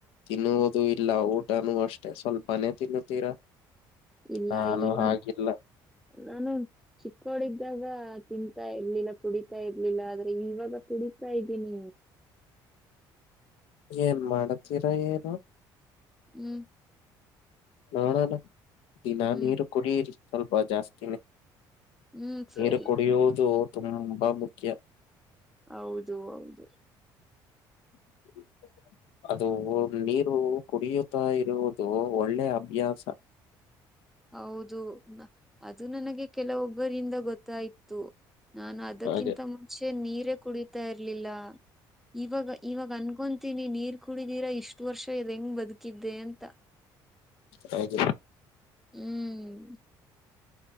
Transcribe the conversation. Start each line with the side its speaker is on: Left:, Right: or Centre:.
Left: ತಿನ್ನುವುದು ಇಲ್ಲ ಊಟನೂ ಅಷ್ಟೇ ಸ್ವಲ್ಪನೇ ತಿನ್ನುತ್ತೀರಾ
Centre: ಇಲ್ಲ
Left: ನಾನು
Centre: ಈಗ
Left: ಹಾಗಿಲ್ಲ
Centre: ನಾನು ಚಿಕ್ಕವಳಿದ್ದಾಗ ತಿಂತಾ ಇರ್ಲಿಲ್ಲ ಕುಡಿತಾ ಇರ್ಲಿಲ್ಲ ಆದ್ರೆ ಇವಾಗ ಕುಡತಾ ಇದ್ದೀನಿ
Left: ಏನ್ ಮಾಡತೀರಾ ಏನು
Centre: ಹ್ಮ್
Left: ನೋಡೋಣ ದಿನಾ
Centre: ಹ್ಮ್
Left: ನೀರು ಕುಡಿಯರಿ ಸ್ವಲ್ಪ ಜಾಸ್ತಿನೇ
Centre: ಹ್ಮ್
Left: ನೀರು
Centre: ಸರಿ
Left: ಕುಡಿಯುವುದು ತುಂಬಾ ಮುಖ್ಯ
Centre: ಹೌದು ಹೌದು
Left: ಹ ಅದು ನೀರು ಕುಡಿಯುತ್ತಾ ಇರುವುದು ಒಳ್ಳೆ ಅಭ್ಯಾಸ ಹ್ಮ್
Centre: ಹೌದು ಅದು ನನಗೆ ಕೆಲವೊಬ್ಬರಿಂದ ಗೊತ್ತಾಯ್ತ್ತುು ನಾನು ಅದಕ್ಕಿಂತ
Left: ಹಾಗೆ
Centre: ಮುಂಚೆ ನೀರೇ ಕುಡಿತಾ ಇರ್ಲಿಲ್ಲ ಇವಾಗ ಇವಾಗ ಅನ್ಕೊಂತೀನಿ ನೀರ್ ಕುಡಿದಿರಾ ಇಷ್ಟು ವರ್ಷ ಇ ಹೆಂಗ್ ಬದುಕಿದ್ದೆ ಅಂತ
Left: ಹಾಗೆ
Centre: ಹ್ಮ್